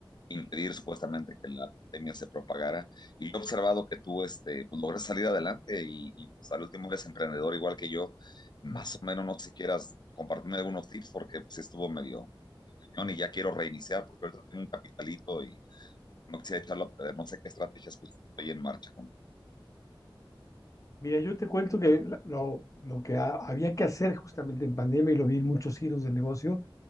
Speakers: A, on the left (about 55°); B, on the left (about 40°).
A: impedir supuestamente que la pandemia se propagara. Y yo he observado que tú este, pues, logras salir adelante y, y, pues, al último eres emprendedor igual que yo. Más o menos, no sé si quieras compartirme algunos tips porque pues sí estuvo medio, medio cañón y ya quiero reiniciar porque ahorita tengo un capitalito y no quisiera echarlo a perder. No sé qué estrategias pues estoy en marcha con tu uh
B: Mira, yo te cuento que la- lo, lo que ha- había que hacer justamente en pandemia, y lo vi en muchos giros del negocio,